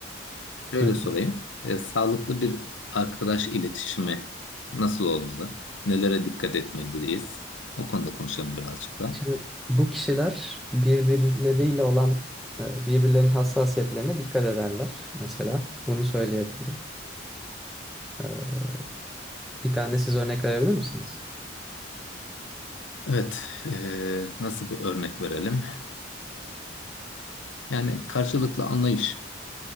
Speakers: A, on the left (about 80°); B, in the centre.
A: şöyle
B: Ee,
A: sorayım. E, sağlıklı bir arkadaş iletişimi nasıl olmalı? Nelere dikkat etmeliyiz? O konuda konuşalım birazcık da.
B: Şimdi bu kişiler birbirleriyle olan e, birbirlerinin hassasiyetlerine dikkat ederler mesela. Bunu söyleyebilirim. E, Bir tane siz örnek verebilir misiniz?
A: Evet, eee, nasıl bir örnek verelim? Yani karşılıklı anlayış.